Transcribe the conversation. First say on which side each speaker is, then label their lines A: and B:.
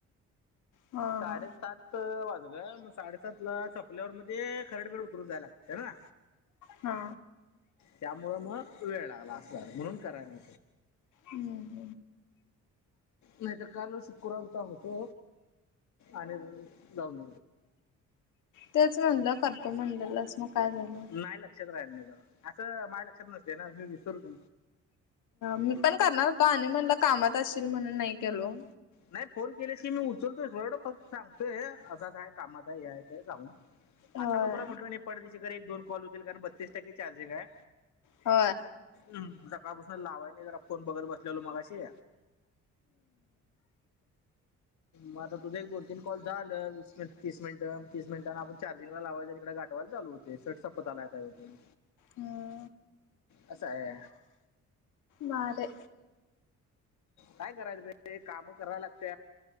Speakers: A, on the left; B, on the left.
A: हा
B: साडेसात वाजला मग साडेसात ला स, आपल्यावर मध्ये खरडपेर उतरून जायला लागत ना,
A: हा
B: त्यामुं ना वेळ लागला असणार म्हणून कराय म,
A: हम्म
B: नाही तरर काल शुक्रवार तर होतो आणि जाऊन,
A: तेच म्हणलं करतो म्हणलेलंच मग काय झालं.
B: नाही लक्षात राहील नाही जरा असं माझ लक्षात नसते ना मी विसरू का,
A: मी पण करणार होतो आणि म्हणला कामात असशल म्हणून नाही केलो.
B: नाही फोन केले की मी उचलतोयड फक्त सांगतोय असाच आहे कामाचा हे आहे का जाऊन,
A: होय
B: आता पण तुला म्हटलं नाही पणतीच्याकडे एक दोन कॉल होतील कारण बत्तीस टक्के चार्जिंग आहे
A: ह
B: हम् सकाळपासून लावाय नाही जरा फोन बघत बसलेलो मगाशी, मगता तुझ एको तीन कॉल झालंसट तीस मिनट तीस मिनिटां आपण चार्जंग लावायं आणि इकडे गाठ, चालू होते सट संपतलाता ये पण,
A: हम्
B: असं आहे
A: वरे
B: काय करायचं ते काम करा लागत